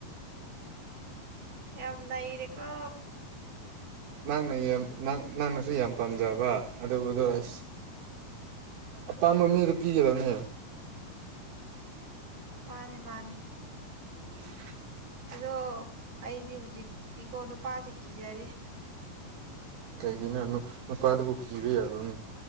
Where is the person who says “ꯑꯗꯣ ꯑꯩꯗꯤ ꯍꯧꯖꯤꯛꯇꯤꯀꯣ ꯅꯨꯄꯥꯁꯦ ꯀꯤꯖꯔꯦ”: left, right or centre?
Right